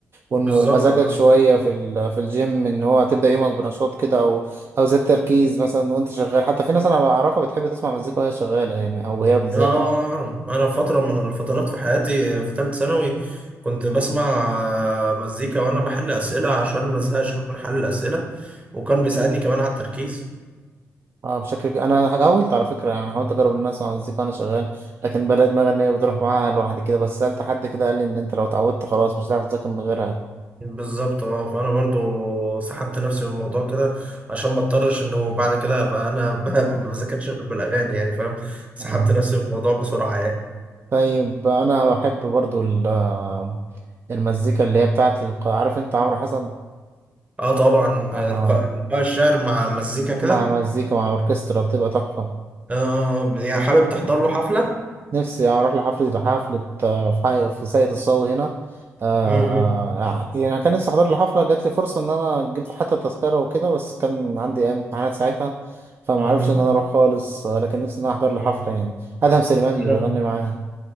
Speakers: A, on the right (about 40°); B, on the right (about 25°).
A: وإن- ومزاجك
B: بالظبط اه
A: شوية في ال- في الجيم ان هو تبدأ يومك بنشاط كده او او زاد تركيز مثلا وانت شغال حتى في ناس انا بعرفها بتحب تسمع مزيكا وهي شغالة يعني او وهي بتذاكر
B: آه، آه، آه. انا فترة من الفترات في حياتي في ثالث ثانوي كنت بسمع آه، مزيكا وانا بحل اسئلة عشان مزهقش من حل الاسئلة وكان بيساعدني كمان على التركيز
A: اه بشكل كبير انا حاولت على فكرة يعني حاولت اجرب ان انا اسمع مزيكا وانا شغال لكن بلاقي دماغي ان هي بتروح معاها لوحدي كده بس سألت حد كده قال لي ان انت لو اتعودت خلاص مش هتعرف تذاكر من غيرها
B: بالظبط اه فانا برضو سحبت نفسي من الموضوع كده عشان ما اضطرش انه بعد كده ابقى انا <laughs> ب- ما بذاكرش غير بالاغاني يعني فاهم سحبت
A: آه.
B: نفسي من الموضوع بسرعه يعني
A: طيب انا بحب برضو ال- آه، المزيكا اللي هي بتاعت الق... عارف انت عمرو حسن
B: اه طبعا
A: آه.
B: القاء إلقاء الشعر مع مزيكا كده
A: مع المزيكا مع الاوركسترا بتبقى تحفة
B: آه يعني حابب تحضر له حفله
A: نفسي اروح لحفلة حفلة آه، في حي... في ساقية الصاوي هنا آه.
B: امم
A: يعني كان نفسي احضر لحفلة جات لي فرصة ان انا جبت حتى تذكرة وكده بس كان عندي أيام امتحانات ساعتها فما
B: امم
A: عرفش ان انا اروح خالص آه، لكن نفسي ان انا احضر لحفلة
B: أمم.
A: يعني ادهم سليمان اللي
B: لا.
A: بيغني معاه